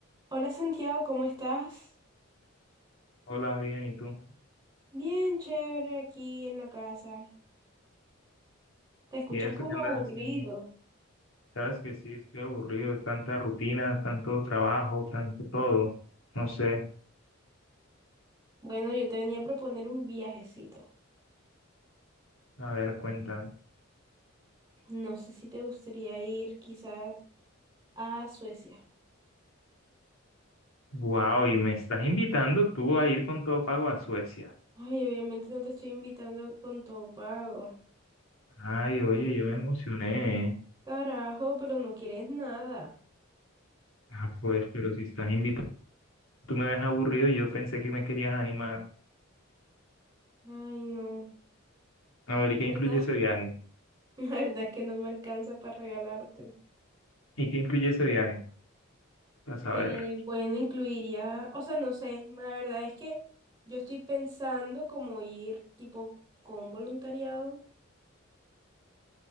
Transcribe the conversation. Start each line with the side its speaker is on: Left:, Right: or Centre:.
Right: Hola Santiago, ¿cómo estás?
Left: Hola, bien, ¿y tú?
Right: Bien chévere aquí en la casa. Te escuchas
Left: ¿Y eso
Right: como
Left: qué andas
Right: aburrido.
Left: haciendo? Sabes que sí, estoy aburrido, de tanta rutina, tanto trabajo, tanto todo. No sé,
Right: Bueno, yo te venía a proponer un viajecito.
Left: a ver, cuéntame.
Right: No sé si te gustaría ir quizás a Suecia.
Left: Wow, y me estás invitando tú a ir con todo pago a Suecia.
Right: Ay, obviamente no te estoy invitando con todo pago.
Left: Ay, oye, yo me emocioné.
Right: Carajo, pero no quieres nada.
Left: Ah, pues, pero si estás invitando, tú me ves aburrido, yo pensé que me querías animar.
Right: Ay, no.
Left: A ver,
Right: La
Left: ¿y qué
Right: verdad,
Left: incluye
Right: <laughs>
Left: ese viaje?
Right: la verdad es que no me alcanza para regalarte.
Left: ¿Y qué incluye ese viaje? A saber.
Right: Eh, bueno, incluiría, o sea, no sé, la verdad es que yo estoy pensando como ir tipo con un voluntariado.